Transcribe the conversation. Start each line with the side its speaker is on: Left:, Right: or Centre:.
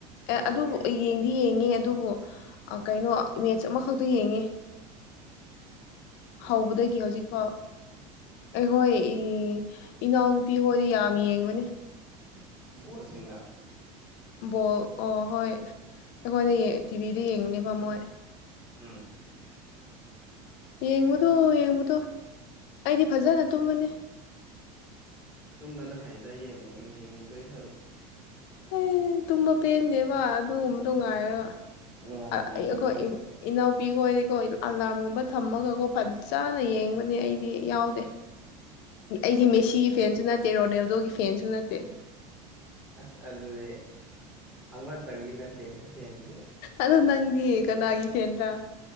Left: ꯑꯦ
Centre: ꯂꯩꯇꯤꯌꯦ
Left: ꯑꯗꯨꯕꯨ ꯌꯦꯡꯗꯤ ꯌꯦꯡꯉꯦ ꯑꯗꯨꯕꯨ ꯀꯩꯅꯣ ꯏꯃꯦꯖ ꯑꯃꯈꯛꯇ ꯌꯦꯡꯉꯤ
Centre: ꯎꯝ
Left: ꯍꯧꯕꯗꯒꯤ ꯍꯧꯖꯤꯛ ꯐꯥꯎ ꯑꯩꯈꯣꯏ ꯏꯅꯥꯎꯅꯨꯄꯤ ꯍꯣꯏꯗꯤ ꯌꯥꯝ ꯌꯦꯡꯕꯅꯦ
Centre: <unintelligible>
Left: ꯕꯣꯜ ꯑꯣ ꯍꯣꯏ ꯑꯩꯈꯣꯏꯗ ꯇꯤꯚꯤꯗ ꯌꯦꯡꯅꯦꯕ ꯃꯣꯏ
Centre: ꯎꯝ
Left: ꯌꯦꯡꯕꯗꯨ ꯌꯦꯡꯕꯗꯣ ꯑꯩꯗꯤ ꯐꯖꯅ ꯇꯨꯝꯕꯅꯤ
Centre: ꯆꯨꯝꯕꯅ ꯐꯩꯗ ꯌꯦꯡꯉ ꯌꯦꯡꯗꯣꯏ ꯁꯔꯨꯛ
Left: ꯑꯩ ꯇꯨꯝꯕ ꯄꯦꯟꯗꯦꯕ ꯑꯗꯨꯒꯨꯝꯕꯗꯣ ꯉꯥꯏꯔꯒ
Centre: ꯃꯥꯅ
Left: ꯑ ꯑꯩꯈꯣꯏ
Centre: ꯌꯦꯡ ꯂꯩꯔꯦ
Left: ꯏꯅꯥꯎꯄꯤꯈꯣꯏꯗꯤꯀꯣ ꯑꯂꯔꯝꯒꯨꯝꯕ ꯊꯝꯃꯒꯀꯣ ꯐꯠꯖꯅ ꯌꯦꯡꯕꯅꯦ ꯑꯩꯗꯤ ꯌꯥꯎꯗꯦ ꯑꯩꯗꯤ ꯃꯦꯁꯤꯒꯤ ꯐꯦꯟꯁꯨ ꯅꯠꯇꯦ ꯔꯣꯅꯦꯜꯗꯣꯒꯤ ꯐꯦꯟꯁꯨ ꯅꯠꯇꯦ
Centre: ꯑꯁ ꯑꯗꯨꯗꯤ ꯑꯃꯇꯪꯒꯤ ꯅꯠꯇꯦꯅꯦ ꯐꯦꯟꯁꯤꯅꯦ
Left: ꯑꯗꯣ ꯅꯪꯗꯤ ꯀꯅꯥꯒꯤ ꯐꯦꯟ꯭ꯔꯥ